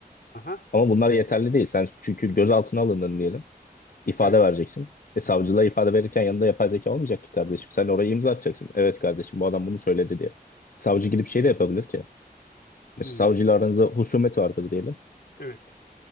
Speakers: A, on the left; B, on the left.
A: Aha.
B: Ama bunlar yeterli değil. Sen çünkü gözaltına alındın diyelim. İfade
A: Evet.
B: vereceksin. E savcılığa ifade verirken yanında yapay zeka olmayacak ki kardeşim. Sen oraya imza atacaksın. Evet kardeşim bu adam bunu söyledi diye. Savcı gidip şey de yapabilir ki.
A: Hmm,
B: Mesela savcıyla aranızda husumet vardır diyelim.
A: evet.